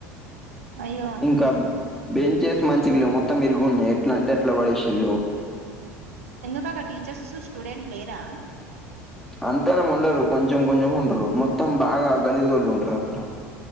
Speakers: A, on the right (about 65°); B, in the centre.
A: అయ్యో
B: ఇంకా బెంచేస్ మంచిగా లేవ్ మొత్తం మిరుగున్నాయి ఎట్లా అంటే అట్లా పడేసిల్లు
A: ఎందుకు అక్కడ టీచర్స్ స్టూడెంట్ లేరా
B: అంతగనం ఉండరు కొంచెం కొంచెం ఉంటరు మొత్తం బాగా గలిజోళ్ళు ఉంటరు అక్కడ.